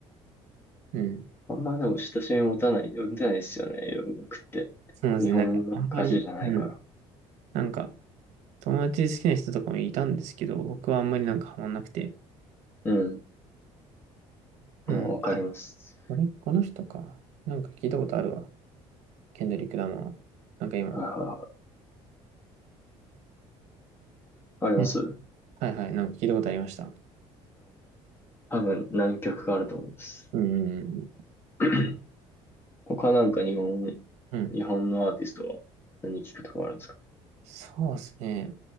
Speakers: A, on the right (about 70°); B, on the left (about 20°).
A: うん。
B: あんまでも親しみ持たない、持てないですよね、洋楽って。
A: そうですね。
B: 日本の歌詞じゃないから。
A: なんか、あんまり、うん。なんか、友達好きな人とかもいたんですけど、僕はあんまりなんかハマんなくて。
B: うん。
A: うん。
B: まあ、わかります。
A: あ、これ、この人か。なんか聞いたことあるわ。ケンドリック・ラマー。なんか今。
B: あー、ありますう
A: うん。はいはい。なんか聞いたことありました。
B: 多分何曲かあると思います。
A: うん。
B: <clears throat> 他なんか日本、
A: うん。
B: 日本のアーティストは何聞くとかあるんですか
A: そうですね。